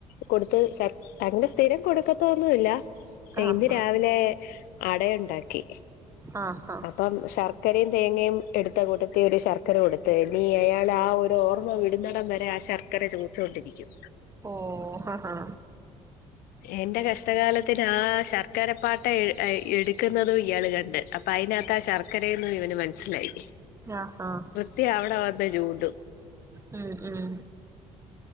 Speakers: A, on the left; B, on the right.
A: കൊടുത്ത് ശർ അങ്ങ്നെ സ്ഥിരം കൊടുക്കത്തൊന്നുല്ല
B: ആഹ്
A: ഇന്ന്
B: ഹാ
A: രാവിലെ അടയുണ്ടാക്കി
B: ആഹ് ഹാ
A: അപ്പം ശർക്കരയും തേങ്ങയും എടുത്ത കൂട്ടത്തി ഒരു ശർക്കര കൊടുത്ത് ഇനി അയാൾ ആഹ ഒരു ഓർമ ഓർമ്മ വിടുന്നടം വരെ ആ ശർക്കര ചോദിച്ചൊണ്ടിരിക്കും
B: ഓഹ് ആഹാ ആഹാ
A: എന്റെ കഷ്ടകാലത്തിന് ആ ശർക്കരപ്പാട്ട എടുക്ക്ന്നതും ഇയാള് കണ്ട് അപ്പ അയിന അകത്താ ആഹ ശർക്കരയന്ന് ഇവന് മൻസ്സിലായി
B: ആഹ് ആഹാ
A: ട്ടി അവിടെ വന്ന്തേച്ചു കൂട്ടും
B: മ് മ്